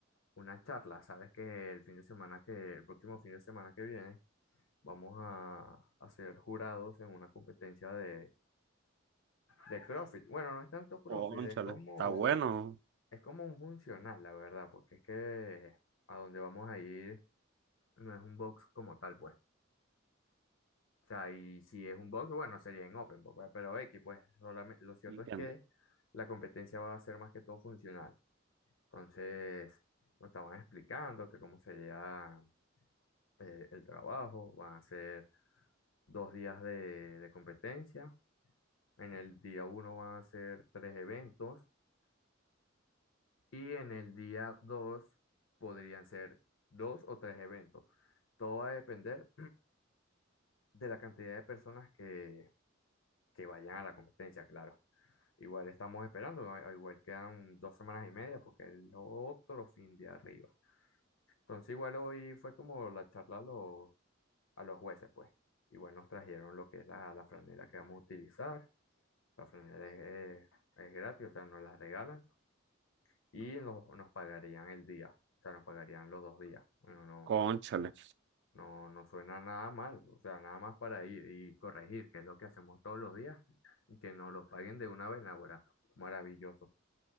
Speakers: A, on the left; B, on the right.
A: una charla. Sabes que el fin de semana que, el próximo fin de semana que viene, vamos a, a ser jurados en una competencia de, de CrossFit. Bueno, no es tanto CrossFit,
B: Cónchale,
A: es como,
B: está bueno.
A: es como un funcional, la verdad, porque es que a donde vamos a ir no es un box como tal, pues. O sea, y si es un box, bueno, sería en open box, ¿verdad? pero X, pues, solamente, lo cierto
B: Entiendo.
A: es que la competencia va a ser más que todo funcional. Entonces, nos estaban explicando que cómo sería eh, el trabajo, van a ser dos días de, de competencia, en el día uno van a ser tres eventos y en el día dos podrían ser dos o tres eventos. Todo va a depender <clears throat> de la cantidad de personas que, que vayan a la competencia, claro. Igual estamos esperando, ¿no? Igual quedan dos semanas y media porque el otro fin de arriba. Entonces igual hoy fue como la charla a los, a los jueces, pues. Igual nos trajeron lo que es la, la franela que vamos a utilizar. La franela es, es- es gratis, o sea, nos la regalan y nos, nos pagarían el día, o sea, nos pagarían los dos días. Bueno, no,
B: Cónchale.
A: no, no, no suena nada mal, o sea, nada más para ir y corregir, que es lo que hacemos todos los días, y que nos lo paguen de una vez, ahora Maravilloso.